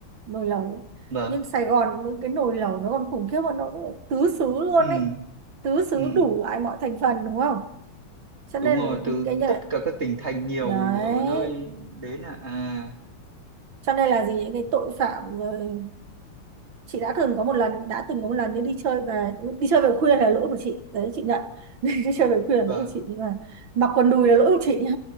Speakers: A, on the right (about 65°); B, on the right (about 30°).
A: nồi lẩu
B: vâng
A: nhưng Sài Gòn những cái nồi lẩu nó còn khủng khiếp hơn nó tứ xứ luôn
B: ừ,
A: ấy tứ xứ
B: ừ.
A: đủ loại mọi thành phần đúng không cho nên
B: đúng rồi từ
A: những cái
B: tất cả các tỉnh thành nhiều
A: đấy
B: ở nơi đến là à
A: cho nên là gì những cái tội phạm rồi chị đã từng có một lần đã từng có một lần nếu đi chơi về đi chơi về khuya là lỗi của chị đấy chị nhận <laughs> đi chơi về khuya là
B: vâng
A: lỗi của chị nhưng mà mặc quần đùi là lỗi của chị nhá